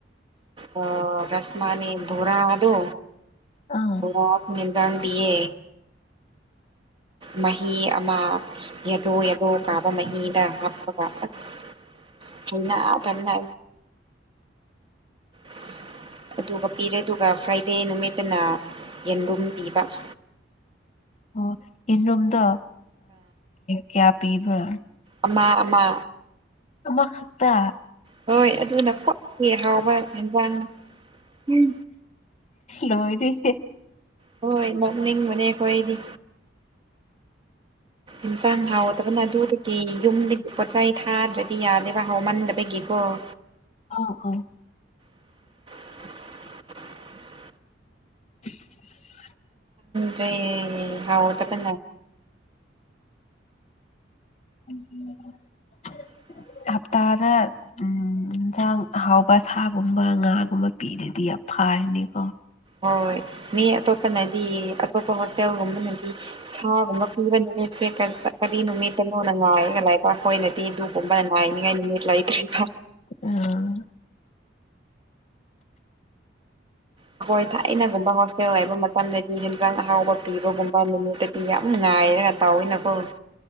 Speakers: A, on the right (about 25°); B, on the left (about 35°).
A: ꯑ ꯔꯁꯃꯅꯤ ꯕꯨꯣꯔꯥ ꯑꯗꯨꯗꯣ
B: ꯑꯥ
A: ꯔꯥꯛ ꯃꯤꯅꯤꯗꯥꯅ ꯌꯦ ꯃꯍꯤ ꯑꯃ ꯌꯦꯗꯣ ꯌꯥꯂꯣ ꯀꯥꯕ ꯃꯍꯤꯗ ꯍꯥꯞꯄꯒ ꯑꯁ ꯑꯗꯨ ꯇꯅ <unintelligible> ꯑꯗꯨꯒ ꯄꯤꯔꯦ ꯑꯗꯨꯒ ꯐ꯭ꯔꯥꯏꯗꯦ ꯅꯨꯃꯤꯠꯇꯅ ꯌꯦꯟꯂꯨꯝ ꯄꯤꯕ <unintelligible>
B: ꯑꯣ ꯌꯦꯟꯔꯣꯝꯗꯣ ꯀꯌꯥ ꯄꯤꯕ꯭ꯔꯥ
A: ꯑꯃ ꯑꯃ
B: ꯑꯃꯈꯛꯇ
A: ꯍꯣꯏ ꯑꯗꯨꯅ ꯀ꯭ꯋꯥꯤ ꯍꯥꯎꯕ ꯌꯦꯟꯖꯥꯡꯅ ꯎꯝ
B: ꯍꯜꯂꯣ ꯍꯦ
A: ꯍꯣꯏ ꯃꯝꯅꯤꯡ ꯃꯅꯦ ꯀꯣꯏꯗꯤ ꯏꯟꯁꯥꯡ ꯍꯥꯎꯗꯕꯅ ꯑꯗꯨꯗꯤ ꯌꯨꯝꯗꯒꯤ ꯄꯣꯠꯆꯥꯏ ꯊꯥꯗ꯭ꯔꯗꯤ ꯌꯥꯗꯦꯕ ꯍꯥꯎꯃꯟꯗꯕꯒꯤꯀꯣ ꯑꯣ
B: ꯑꯥ ꯑꯥ
A: <inaudible>
B: <unintelligible>
A: ꯀꯦ ꯍꯑꯣꯗ ꯀ
B: ꯎꯝ
A: <unintelligible>
B: ꯍꯞꯇꯥꯗ ꯌꯦꯟꯁꯥꯡ ꯑꯍꯥꯎꯕ ꯁꯥꯒꯨꯝꯕ ꯉꯥꯒꯨꯝꯕ ꯄꯤꯔꯗꯤ ꯑꯐ ꯀꯥꯅꯤ ꯀꯣ
A: ꯍꯣꯏ ꯃꯤ ꯑꯇꯣꯞꯄꯅꯗꯤ ꯑꯇꯣꯞꯄ ꯍꯣꯁꯇꯦꯜꯒꯨꯝꯕꯅꯗꯤ ꯁꯥꯒꯨꯝꯕ ꯀꯤꯕ ꯅꯨꯃꯤꯠꯁꯦ ꯀꯔꯤ ꯅꯨꯃꯤꯠꯇꯅꯣꯅ ꯉꯥꯏꯔꯒ ꯂꯥꯏ ꯆꯈꯣꯏꯅꯗꯤ ꯑꯗꯨꯒꯒꯨꯝꯕ ꯉꯥꯏꯅꯤꯉꯥꯏ ꯅꯨꯃꯤꯠ ꯂꯩꯇ꯭ꯔꯦꯀ
B: ꯎꯝ
A: ꯑꯩꯈꯣꯏ ꯊꯥꯏꯅꯒꯨꯝꯕ ꯍꯣꯁꯇꯦꯜ ꯂꯩꯕ ꯃꯇꯝꯗꯗꯤ ꯍꯦꯟꯖꯥꯡ ꯑꯍꯥꯎꯕ ꯄꯤꯕꯒꯨꯝꯕ ꯅꯨꯃꯤꯠꯇ ꯌꯥꯝ ꯥꯏꯔꯒ ꯇꯥꯎꯋꯏꯅꯀꯣꯗꯤ